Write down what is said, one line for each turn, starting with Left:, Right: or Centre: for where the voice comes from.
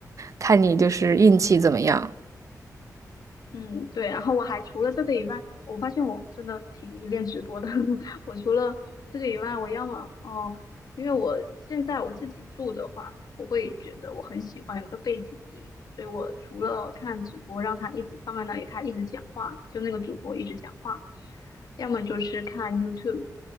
Right: 看你就是运气怎么样。
Left: 嗯，嗯，对，然后我还除了这个以外，我发现我真的挺迷恋直播的。<laughs> 我除了这个以外，我要么哦，因为我现在我自己住的话，我会觉得我很喜欢有个背景音，所以我除了看直播，让他一直放在那里，他一直讲话，就那个主播一直讲话，要么就是看 YouTube，